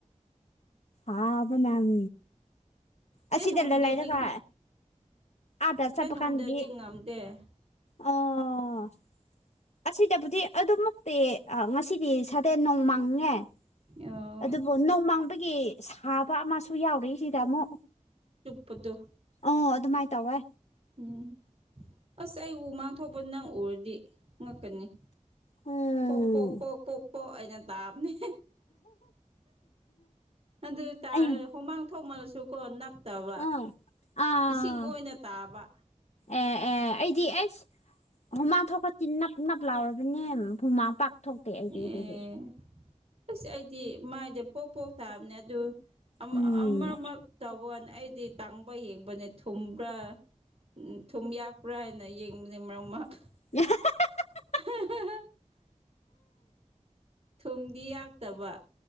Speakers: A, on the left (about 60°); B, on the right (about 50°).
A: ꯑ ꯑꯗꯨꯕꯅꯝ
B: ꯐꯦꯟ
A: ꯑꯁꯤꯁꯤꯗꯂ
B: ꯍꯨꯝꯗꯗꯤ
A: ꯂꯩ ꯂꯩꯗꯀ ꯑꯗ
B: ꯐꯦꯟ
A: ꯁꯄ
B: ꯍꯨꯝꯗꯗꯤ
A: ꯀꯥꯟꯗꯗꯤ
B: ꯉꯝꯗꯦ
A: ꯑꯣ ꯑꯣ ꯑꯁꯤꯗꯕꯨꯗꯤ ꯑꯗꯨꯃꯨꯛꯇꯤ ꯉꯁꯤꯗꯤ ꯁꯥꯗꯦꯟ ꯅꯣꯡꯃꯥꯡꯉꯦ
B: ꯑꯣ
A: ꯑꯗꯨꯕꯨ ꯅꯣꯡꯃꯥꯡꯕꯒꯤ ꯁꯥꯕ ꯑꯃꯁꯨ ꯌꯥꯎꯔꯤꯏꯁꯤꯗ ꯑꯃꯨꯛ
B: ꯀꯨꯗꯣ
A: ꯑꯣ ꯑꯗꯨꯝꯥꯏ ꯇꯕꯦ
B: ꯎꯝ ꯑꯁ ꯑꯩ ꯎ ꯃꯥꯡꯊꯣꯛꯄ ꯅꯪ ꯎꯔꯗꯤ ꯉꯛꯀꯅꯤ
A: ꯎꯝ
B: ꯄꯣꯛ ꯄꯣꯛ ꯄꯣꯛ ꯄꯣꯛ ꯄꯣꯛ ꯑꯩꯅ ꯇꯥꯕꯅꯦ ꯑꯗꯨ
A: ꯑꯩ
B: ꯍꯨꯃꯥꯡ ꯊꯣꯡꯃꯅꯁꯨꯀꯣ ꯇꯕ
A: ꯑꯥ ꯑꯥ
B: ꯏꯁꯤꯡ ꯑꯣꯏꯅ ꯇꯥꯕ
A: ꯑꯦ ꯑꯦ ꯑꯩꯗꯤ ꯑꯩꯁ ꯍꯨꯃꯥ ꯊꯣꯛꯀ ꯇꯤꯟꯅ ꯄꯅꯞ ꯂꯥꯎꯔꯕꯅꯦ ꯍꯨꯃꯥꯡ ꯄꯥꯛ ꯊꯣꯛꯇꯦ ꯑꯩꯗꯤ
B: ꯑꯦ
A: ꯑꯗꯨꯒꯤ
B: ꯑꯁ ꯑꯩꯗꯤ ꯃꯥꯏꯗꯤ ꯄꯣꯛ ꯄꯣꯛ ꯇꯥꯕꯅꯦ ꯑꯗꯨ
A: ꯎꯝ
B: ꯑꯃꯃꯛ ꯇꯧꯕ ꯑꯩꯗꯤ ꯇꯥꯡꯕ ꯌꯦꯡꯕꯅꯦ ꯊꯨꯝꯕ꯭ꯔꯥ ꯎꯝ ꯊꯨꯝ ꯌꯥꯛꯄ꯭ꯔꯥ ꯍꯥꯏꯅ ꯌꯦꯡꯕꯅꯤ ꯃꯔꯝꯃꯛ
A: <unintelligible>
B: <unintelligible> ꯊꯨꯝꯗꯤ ꯌꯥꯛꯇꯕ